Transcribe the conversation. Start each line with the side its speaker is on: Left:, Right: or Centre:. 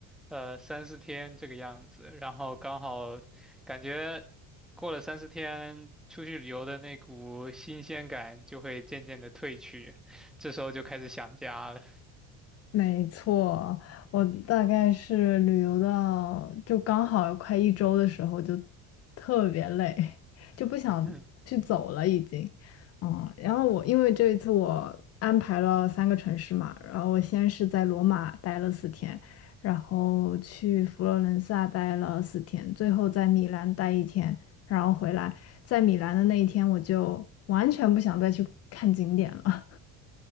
Centre: 呃三四天这个样子，然后刚好感觉过了三四天，出去旅游的那股新鲜感就会渐渐的褪去，这时候就开始想家了。
Left: 没错，我大概是旅游到就刚好快一周的时候，就特别累，<laughs> 就不想去走了已经。
Centre: <laughs> 嗯，
Left: 嗯，然后我因为这一次我安排了三个城市嘛，然后我先是在罗马待了四天，然后去佛罗伦萨待了四天，最后在米兰待一天，然后回来。在米兰的那一天，我就完全不想再去看景点了。